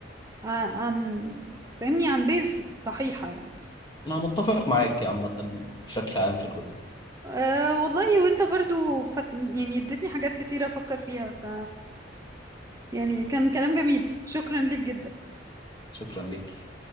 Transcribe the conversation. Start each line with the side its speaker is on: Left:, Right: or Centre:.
Right: عن عن- فاهمني عن بيز صحيحه يعني
Left: انا متفق معاك يا عامه بشكل عام في الجزء ده
Right: أه والله وانت برضو فت... يعني اديتني حاجات كتيره افكر فيها ف يعني كان كلام جميل شكرا ليك جدا
Left: شكرا ليك